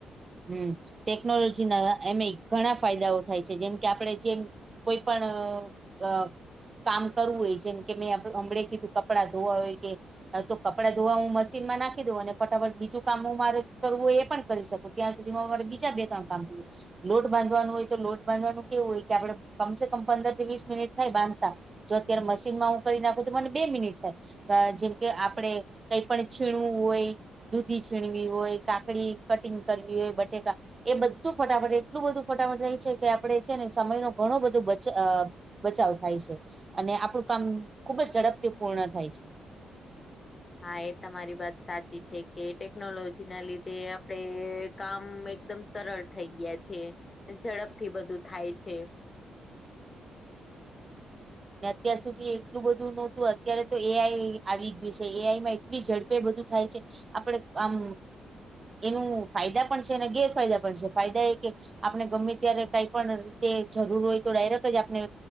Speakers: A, on the right; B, on the left.
A: હમ્મ ટેકનોલોજીના એમેય ઘણા ફાયદાઓ થાય છે. જેમ કે આપણે જેમ કોઈ પણ અ કામ કરવું હોય જેમ કે મેં હમળે કીધું કપડાં ધોવા હોય કે, હા તો કપડાં ધોવા હું મશીનમાં નાખી દઉં. અને ફટાફટ બીજું કામ હું મારી રીતે કરવું હોય એ પણ કરી શકું ત્યાં સુધીમાં અમારે બીજા બે તણ કામ થઈ જાય લોટ બાંધવાનું હોય તો લોટ બાંધવાનું કેવું હોય કે આપડે કમ સે કમ પંદર થી વીસ મિનિટ થાય બાંધતા જો અત્યારે મશીનમાં હું કરી નાખું તો મને બે મિનિટ થાય અ જેમ કે આપણેે કંઈ પણ છીણવું હોય દૂધી છીણવી હોય, કાકડી કટિંગ કરવી હોય, બટેટા એ બધું ફટાફટ એટલું બધું ફટાફટ થાય છે, કે આપણે છે ને સમય નો ઘણો બધો બચ અ બચાવ થાય છે. અને આપણું કામ ખુબ જ ઝડપથી પૂર્ણ થાય છે.
B: હા એ તમારી વાત સાચી છે, કે ટેકનોલોજી ના લીધે આપડે કામ એકદમ સરળ થઈ ગયા છે, ને ઝડપથી બધું થાય છે.
A: ને અત્યાર સુધી એટલું બધું નહોતું, અત્યારે તો એ આઈ આવી ગયું છે, એ આઈ માં એટલી ઝડપે બધું થાય છે. આપણે આમ એનું ફાયદા પણ છે, અને ગેરફાયદા પણ છે. ફાયદા એ કે આપણે ગમે ત્યારે કાંઈ પણ રીતે જરૂર હોય તો ડાયરેક્ટ જ આપને